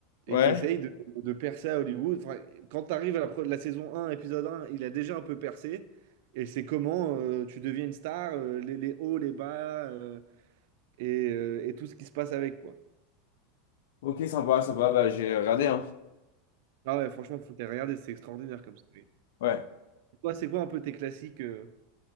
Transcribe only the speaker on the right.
et
qui essaye de, de percer à Hollywood. Enfin, quand tu arrives à la, pro- la saison un, épisode un, il a déjà un peu percé. Et c'est comment euh, tu deviens une star, euh, les, les hauts, les bas euh, et, euh, et tout ce qui se passe avec, quoi.
Ah ouais, franchement, faut les regarder, c'est extraordinaire comme ça.
Toi, c'est quoi un peu tes classiques euh,